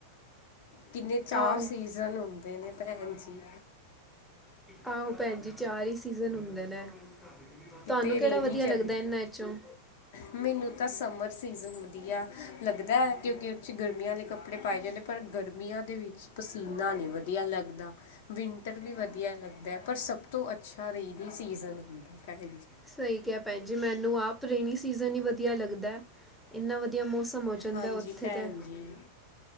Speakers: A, on the left; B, in the centre.
A: ਕਿੰਨੇ, ਚਾਰ
B: ਆਹੋ
A: ਸੀਜ਼ਨ ਹੁੰਦੇ ਨੇ ਭੈਣ ਜੀ।
B: ਆਹੋ, ਭੈਣ ਜੀ ਚਾਰ ਹੀ, ਸੀਜ਼ਨ ਹੁੰਦੇ ਨੇ
A: ਕਿਤੇ
B: ਤੁਹਾਨੂੰ ਕਿਹੜਾ
A: ਰੇਨੀ
B: ਵਧੀਆ,
A: ਚੱਲਦੀ
B: ਲੱਗਦਾ ਇਹਨਾਂ ਚੋਂ
A: ਮੈਨੂੰ ਤਾਂ, ਸਮਰ ਸੀਜ਼ਨ ਵਧੀਆ ਲੱਗਦਾ‌, ਕਿਉਂਕਿ ਉਰ 'ਚ ਗਰਮੀਆਂ ਵਾਲੇ, ਕੱਪੜੇ ਪਾਏ ਜਾਂਦੇ ਪਰ ਗਰਮੀਆਂ ਦੇ ਵਿੱਚ, ਪਸੀਨਾ ਨਈ ਵਧੀਆ ਲੱਗਦਾ। ਵਿੰਟਰ ਵੀ ਵਧੀਆ ਲੱਗਦਾ, ਪਰ ਸਭ ਤੋਂ ਅੱਛਾ, ਰੇਨੀ ਸੀਜ਼ਨ ਹੁੰਦਾ ਹੈਗਾ
B: ਸਹੀ ਕਿਹਾ ਭੈਣ ਜੀ, ਮੈਨੂੰ ਆਪ ਰੇਨੀ ਸੀਜਨ, ਈ ਵਧੀਆ ਲੱਗਦਾ ਇੰਨਾ ਵਧੀਆ, ਮੌਸਮ ਹੋ ਜਾਂਦਾ
A: ਹਾਂਜੀ
B: ਉੱਥੇ
A: ਭੈਣ
B: ਤੇ
A: ਜੀ